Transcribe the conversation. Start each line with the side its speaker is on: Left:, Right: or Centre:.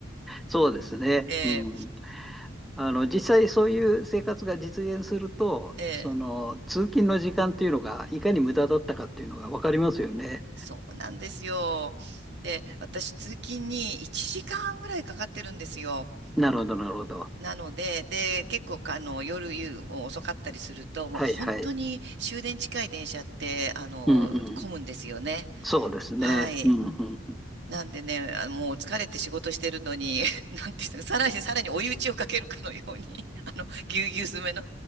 Centre: そうですね。
Right: ええ
Centre: うん。あの、実際そういう生活が実現すると、
Right: えー
Centre: その通勤の時間っていうのがいかに無駄だったかっていうのが分かりますよね。
Right: そうなんですよ。で、私通勤に1時間ぐらいかかってるんですよ。
Centre: なるほど、なるほど。
Right: なので、で、結構あの夜夕も遅かったりすると、もう本当に終電近い電車って、
Centre: はい、はい。
Right: あの、
Centre: うん、うん。
Right: 混むんですよね。
Centre: そうですね。
Right: はい。
Centre: うん、うん。
Right: なんでね、あもう疲れて仕事してるのに、<laughs> なんていうの、さらにさらに追い打ちをかけるかのように、<laughs> あの、ぎゅうぎゅう詰めの、